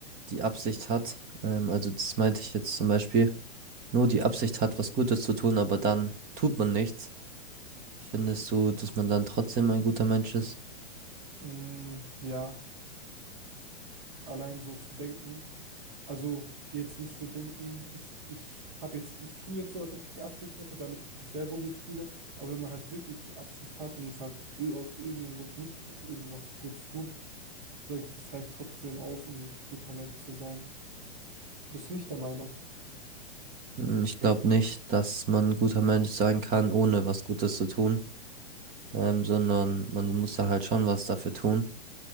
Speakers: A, on the right; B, on the right.
A: die Absicht hat, ähm, also das meinte ich jetzt zum Beispiel, nur die Absicht hat, was Gutes zu tun, aber dann tut man nichts Findest du, dass man dann trotzdem ein guter Mensch ist?
B: Mm, ja, allein so zu denken. Also jetzt nicht so denken, ich, ich habe jetzt, ich tue jetzt so, als ob ich die Absicht hätte, damit ich mich selber gut fühle. Aber wenn man halt wirklich die Absicht hat und es halt ö- aus irgendeinem Grund nicht tu- irgendwas Gutes tut, sage ich, das reicht trotzdem aus, um ein guter Mensch zu sein. Bist du nicht der Meinung?
A: Hm, Ich glaube nicht, dass man ein guter Mensch sein kann, ohne was Gutes zu tun, ähm, sondern man muss da halt schon was dafür tun.